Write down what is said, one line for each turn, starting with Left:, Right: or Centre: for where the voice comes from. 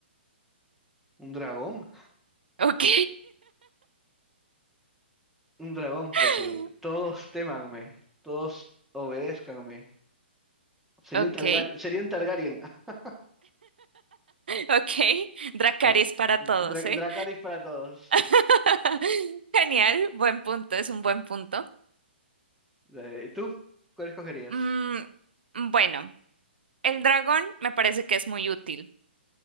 Centre: un dragón.
Right: Ok,
Centre: Un dragón porque
Right: <laughs>
Centre: todos témanme, todos obedézcanme. Sería
Right: ok,
Centre: un Targaryen, sería un Targaryen. <laughs>
Right: ok. Dracarys
Centre: Eh,
Right: para
Centre: Dra-
Right: todos, ¿eh?
Centre: Dracarys para todos.
Right: <laughs> Genial, buen punto, es un buen punto.
Centre: Eh, ¿Y tú? ¿Cuál escogerías?
Right: Mm, bueno, el dragón me parece que es muy útil.